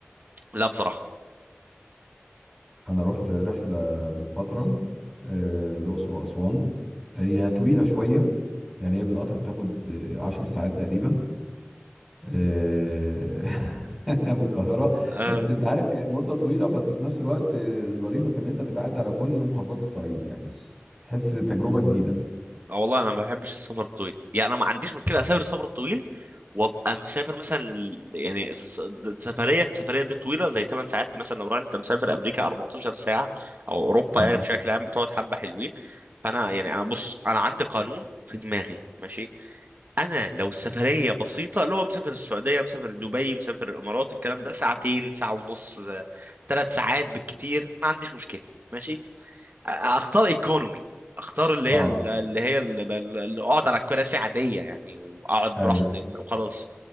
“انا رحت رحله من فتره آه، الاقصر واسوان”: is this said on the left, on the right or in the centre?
Centre